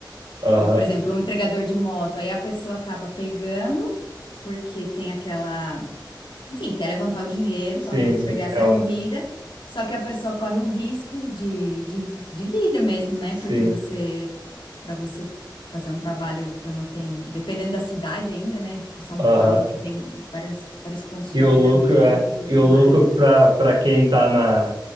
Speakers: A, on the right (about 75°); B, on the left (about 80°).
A: Aham.
B: E, por exemplo, um entregador de moto, aí a pessoa acaba pegando, porque tem aquela. enfim, quer levantar o dinheiro,
A: Sim,
B: fala, não, vou
A: sim.
B: pegar essa
A: É um.
B: corrida. Só que a pessoa corre um risco de, de, de vida mesmo, né?
A: Sim.
B: Porque você, para você fazer um trabalho quando tem, dependendo da cidade ainda, né? Tipo São
A: Aham.
B: Paulo, que tem várias, vários pontos
A: E
B: de
A: o
B: alagamento
A: lucro é.
B: e tudo
A: E o lucro
B: mais.
A: para para quem tá na